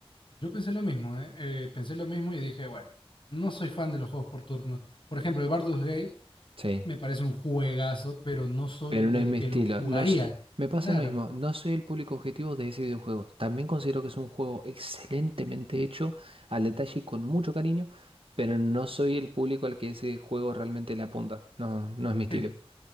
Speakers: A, on the left; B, on the right.
A: Yo pensé lo mismo, ¿eh? Eh, pensé lo mismo y dije, bueno, no soy fan de los juegos por turnos. Por ejemplo, el Baldur's Gate
B: sí,
A: me parece un juegazo, pero no soy
B: pero
A: del
B: no es mi
A: que
B: estilo.
A: lo jugaría.
B: No, s- me pasa
A: Claro.
B: lo mismo, no soy el público objetivo de ese videojuego. También considero que es un juego excelentemente hecho, al detalle y con mucho cariño, pero no soy el público al que ese juego realmente le apunta. No, no es mi estilo.
A: Sí.